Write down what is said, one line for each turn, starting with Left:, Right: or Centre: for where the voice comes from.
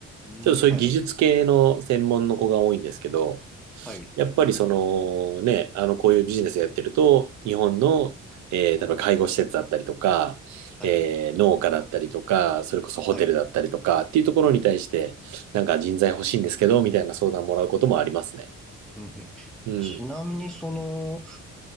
Centre: ーん、
Right: ちょっとそういう技術系の専門の子が多いんですけど、
Centre: はい、はい、
Right: やっぱりそのね、あのこういうビジネスやってると、日本の、えー例えば介護施設だったりとか、
Centre: はい、
Right: えー農家だったりとか、それこそホテルだったりとかっていうところに対して、
Centre: はい。
Right: なんか人材欲しいんですけど、みたいな相談もらうこともありますね。
Centre: うんふんちなみにその、
Right: うん。